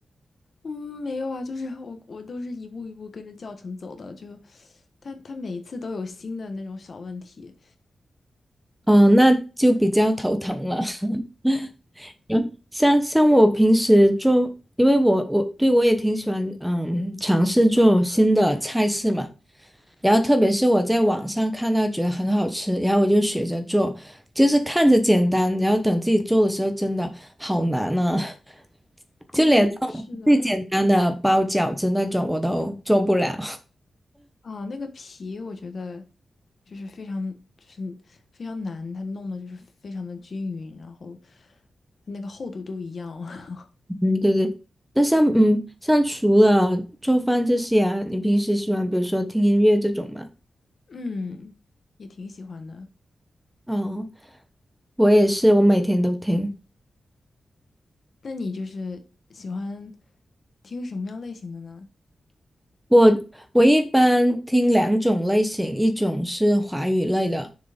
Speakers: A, on the left; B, in the centre.
A: 嗯，没有啊，就是 <laughs> 我我都是一步一步跟着教程走的，就他他每一次都有新的那种小问题。
B: 哦，那就比较头疼了。<laughs> 嗯，像像我平时做，因为我我对我也挺喜欢嗯尝试做新的菜式嘛，然后特别是我在网上看到觉得很好吃，然后我就学着做，就是看着简单，然后等自己做的时候真的好难呢、啊 <laughs>
A: 嗯，
B: 就连这种最简单的包饺子那种我都做不了。
A: 是的，啊，那个皮我觉得就是非常就是非常难，它弄的就是非常的均匀，然后那个厚度都一样。<laughs>
B: <laughs> 嗯，对对。那像嗯像除了做饭这些啊，你平时喜欢比如说听音乐这种吗？
A: 嗯，也挺喜欢的。
B: 哦，我也是，我每天都听。
A: 那你就是喜欢听什么样类型的呢？
B: 我我一般听两种类型，一种是华语类的，